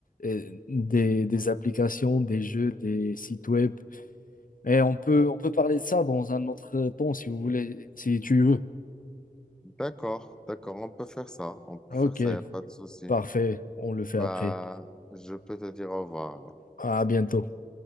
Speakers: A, on the left; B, in the centre.
A: euh, des, des applications, des jeux, des sites web. Et on peut, on peut parler de ça dans un autre temps si vous voulez, si tu veux.
B: D'accord, d'accord, on peut faire ça. On peut
A: Ok,
B: faire ça, il n'y a pas de souci.
A: parfait, on le fait
B: Bah,
A: après.
B: je peux te dire au revoir alors.
A: À bientôt.